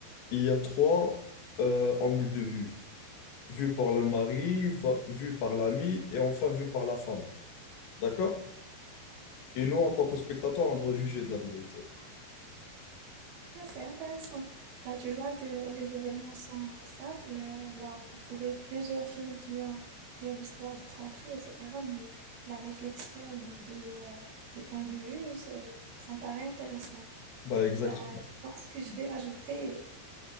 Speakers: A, on the left; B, on the right.
A: il y a trois euh, angles de vue. Vu par le mari, fa- vu par l'ami et enfin vu par la femme. D'accord? Et nous, en tant que spectateurs, on doit juger de la vérité.
B: Ah, c'est intéressant. Bah, tu vois que les événements sont simples. euh, Là, on peut trouver plusieurs films qui ont, qui ont l'histoire de tromperie, etc. Mais la réflexion de, euh, des points de vue, ça, ça me paraît intéressant.
A: Bah exactement.
B: Bah, je pense que je vais l'ajouter